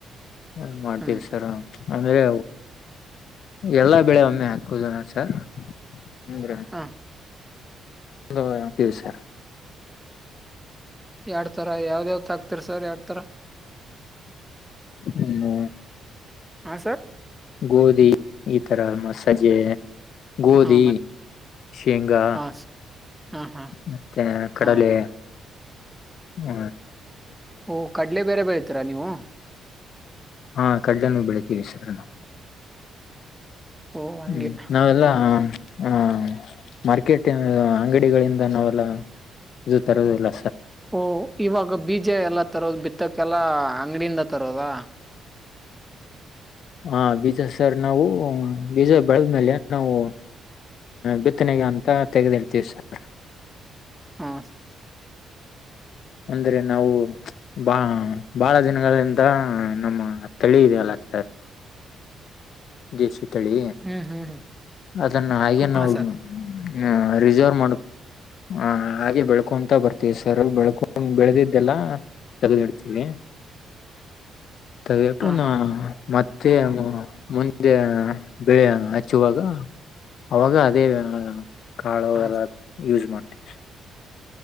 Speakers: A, on the left; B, in the centre.
A: ಹ ಮಾಡ್ತೀವಿ
B: ಹ್ಮ್
A: ಸರ್ ನಾವು ಅಂದ್ರೆ ಎಲ್ಲಾ ಬೆಳೆ ಒಮ್ಮೆ ಹಾಕುದಿನ ಸರ್ ಹ್ಮ ಗ್ರ
B: ಹ
A: ಎರಡು ಅಕ್ತಿವಿ ಸರ್
B: ಎರಡು ತರ ಯಾವಯಾವ್ದ್ ತರ ಸರ್ ಯಡ್ತಾರ
A: ಹ್ಮ
B: ಹಾ ಸರ್
A: ಗೋಧಿ ಈ ತರ ಮಸಜ್ಜೆ ಗೋಧಿ
B: ಹಾ ಮತ್
A: ಶೇಂಗಾ
B: ಹಾ ಸ ಹಾ ಹಾ
A: ಮತ್ತೆ ಕಡಲೆ
B: ಹಾ
A: ಹ್ಮ
B: ಓಹ ಕಡ್ಲೆ ಬೇರೆ ಬೆಳತೀರಾ ನೀವು
A: ಹಾ ಕಡ್ಡನ ಬೆಳಿತೀವಿ ಸರ್ ನಾವು
B: ಓ ಹಂಗೆ
A: ಹ್ಮ್ ನಾವೆಲ್ಲಾ ಹ ಹ ಮಾರ್ಕೆಟ್ ಅಂಗಡಿಗಳಿಂದ ನಾವೆಲ್ಲ ಇದು ತರೋದದೆಲ್ಲ
B: ಓಹ ಇವಾಗ ಬೀಜ ಎಲ್ಲಾ ತರೋದ ಬಿತ್ತಕ ಎಲ್ಲಾ ಅಂಗಡಿಂದ ತರೋದಾ
A: ಹಾ ಬೀಜ ಸರ್ ನಾವು ಬೀಜ ಬೆಳೆದ್ಮೇಲೆ ನಾವು ಬಿತ್ತನೆಗೆ ಅಂತ ತೆಗೆದುಯಿಡ್ತಿವಿ ಸರ್
B: ಹಾ ಸರ್
A: ಅಂದ್ರೆ ನಾವು ಬಾ ಬಾಳ ದಿನಗಳಿಂದ ನಮ್ಮ ತಳಿ ಇದಲ್ಲಯಲ್ಲ ಸರ್ ದೇಸಿ ತಳಿ
B: ಹ್ಮ್ ಹ್ಮ್ ಹ್ಮ್
A: ಅದನ್ನ ಹಾಗೆ
B: ಹಾ
A: ನಾವು
B: ಸರ್
A: ಹ್ಮ ರಿಸರ್ವ್ ಮಾಡ ಹ ಹಾಗೆ ಬೆಳಕು ಅಂತ ಬರ್ತೀವಿ ಸರ್ ಬೆಳಕೊಂದು ಬೆಳೆದಿದ್ದೆಲ್ಲ ತಗ್ದಿಡ್ತೀವಿ ತೆಗೆದುಯಿಟ್ಟು
B: ಹಾ ಹಾ
A: ಮತ್ತೆ ಮತ್ತೆ ಮುಂದೆ ಬೆಳೆ ಹಚ್ಚುವಾಗ ಅವಾಗ ಅದೇ ಕಾಳು
B: ಹಾ
A: ಎಲ್ಲ ಯೂಸ್ ಮಾಡಿ <unintelligible>